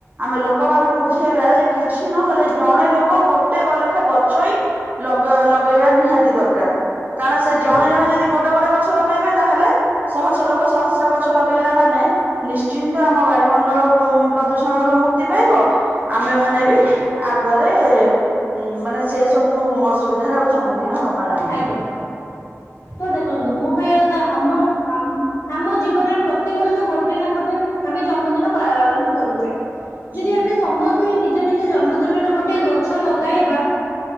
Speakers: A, on the right; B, on the left.
A: ଆମେ ଲୋକମାନଙ୍କୁ ବୁଝେଇବା ଯେ କିଛି ନହେଲେ ଜଣେ ଲୋକ ଗୋଟେ ଗ ଲେଖା ଗଛ ହିଁ ଦ ଲଗେଇବା ନିହାତି ଦରକାର। କାରଣ ସେ
B: ଆଜ୍ଞା
A: ଜଣେ ଜଣେ ଯଦି ଗୋଟେ ଗୋଟେ ଗଛ ଲଗେଇବେ ତାହେଲେ ଶହ ଶହ ଲୋକ ସହସ୍ର ଗଛ ଲଗେଇଲା ମାନେ ନିଶ୍ଚିନ୍ତ ଆମ ବାୟୁମଣ୍ଡଳ ପ ପ୍ରଦୂଷଣରୁୁ ମୁକ୍ତି ପାଇବ ଆମେ ମାନେ
B: ଆଜ୍ଞା
A: ବି ଆଗରେ ଉଁ ମାନେ ସେ ସବୁ ଅସୁବିଧାରେ ଆଉ ସମ୍ମୁଖୀନ ହବା ନାହିଁ।
B: ଆଜ୍ଞା। ତ ଦେଖନ୍ତୁ ମୁଁ କହିବା କଥା ଆମ ଆମ୍ ଆମ ଜୀବନରେ ପ୍ରତିିବର୍ଷ ଗୋଟେ ନା ଗୋଟେ ଆମେ ଜନ୍ମଦିନ ପାଳନ କରୁଚେ।
A: ହୁଁ
B: ଯଦି ଆମେ ସମସ୍ ସ୍ତେ ନିଜ ନିଜ ଜନ୍ମଦିନରେ ଗୋଟିଏ ଗଛ ଲଗାଇବା